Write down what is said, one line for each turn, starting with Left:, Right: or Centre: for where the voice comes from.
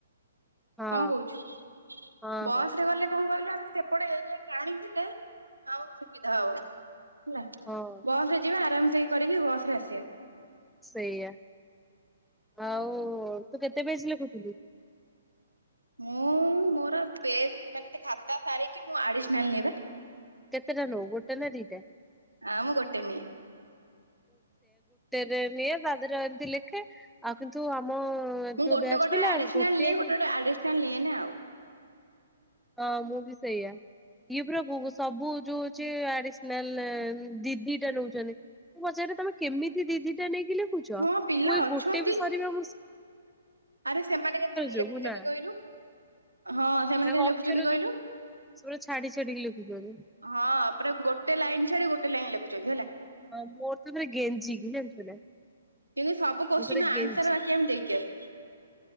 Centre: ହଁ
Right: କଣ କହୁଛୁ
Centre: ହଁ
Right: ବସ
Centre: ହଁ
Right: ରେ ଗଲେ କଣ କହିଲୁ? ଆମେ ସେପଟେ ଏରିଆ କି ଆଣିଥିଲେ ଆଉ ସୁବିଧା ହବ। ହେଲା
Centre: ହଁ
Right: ବସ ରେ ଯିବା ଆରାମ ସେ କରିକି ବସ ରେ ଆସିବା।
Centre: ସେଇଆ। ଆଉ ତୁ କେତେ ପେଜ ଲେଖୁଥିଲୁ?
Right: ମୁଁ ମୋର ମାନେ ଖାତା ସାରିକି ମୁ ଆଡିସନାଲ ନିଏ ବା
Centre: କେତେ ଟା ନୋଉ ଗୋଟେ ନା ଦିଟା?
Right: ଆ ମୁଁ ଗୋଟେନିଏ
Centre: ରେ ନିଏ ତାଧିରେରେ ଏମିତି ଲେଖେ ଆଉ କିନ୍ତୁ ଆମ ଯୋଉ
Right: ମୁଁ ଗୋଟେ
Centre: ବ୍ୟାଚ
Right: ଗୋଟେରେ
Centre: ପିଲା
Right: ଆଡିସନାଲ
Centre: ଗୋଟିରେ
Right: ନିଏ ଗୋଟେ
Centre: <inaudible>
Right: ଗୋଟେ ଆଡିସନାଲ ନିଏନି ଆଉ
Centre: ହଁ ମୁଁ ବି ସେଇଆ ଇଏ ପ୍ରଭୁ ସବୁ ଯୋଉ ହଉଛି ଆଡିସନାଲ ଦିଦିଟା ନଉଛନ୍ତି ପଚାରେ ତମେ କେମିତି ଦିଦିଟା ନେଇକି ଲେଖୁଛ
Right: ହଁ ପିଲା
Centre: ମୁଁ ଏଇ
Right: ଅଛନ୍ତି
Centre: ଗୋଟେ ବି ସରିବା ମୁ
Right: ଆରେ ସେମାନେ କେମିତି
Centre: ଯୋଗୁ
Right: ଲେଖୁଛନ୍ତି
Centre: ନା
Right: କହିଲୁ? ହଁ ସେମାନେ
Centre: ତାଙ୍କ
Right: କେମିତି ଲେଖୁଛନ୍ତି
Centre: ଅକ୍ଷର
Right: କହିଲୁ?
Centre: ଯୋଗୁ ସେ ପୁରା ଛାଡି ଛାଡିକି ଲେଖୁଛନ୍ତି।
Right: ହଁ ପୁରା ଗୋଟେ ଲାଇନ ଛାଡି ଗୋଟେ ଲାଇନ ଲେଖୁଛନ୍ତି ହେଲା।
Centre: ହଁ ମୋର ତରେ ଗେଞ୍ଜି କି ଜାଣିଛୁ ନା।
Right: କିନ୍ତୁ ସବ କୋଶ୍ଚିନ
Centre: ମୁଁ ପୁରା ଗେଞ୍ଜି।
Right: ଆନ୍ସର ବାକି ଆମେ ଦେଇକି ଆସୁଛୁ।